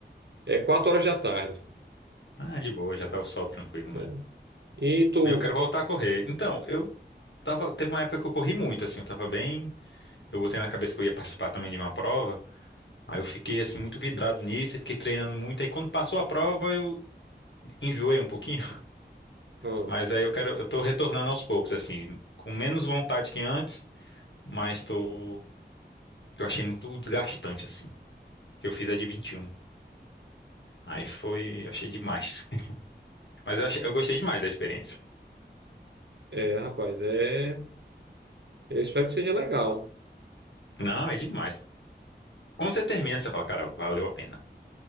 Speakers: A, on the right; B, on the left.
A: é 4 horas da tarde.
B: Ah, de boa, já tá o sol tranquilo,
A: né?
B: né?
A: E tu.
B: Eu quero voltar a correr. Então, eu tava, teve uma época que eu corri muito, assim, eu tava bem, eu botei na cabeça que eu ia participar também de uma prova, aí eu fiquei, assim, muito vidrado nisso, e fiquei treinando muito, aí quando passou a prova eu enjoei um pouquinho.
A: Ah,
B: Mas aí eu quero, eu tô retornando aos poucos, assim, com menos vontade que antes, mas tô, que eu achei muito desgastante, assim, que eu fiz a de vinte e um, Aí foi, eu achei demais. <laughs> Mas eu, achei- eu gostei demais da experiência.
A: é, rapaz, é. Eu espero que seja legal.
B: Não, é demais. Quando você termina, você fala, cara, valeu a pena.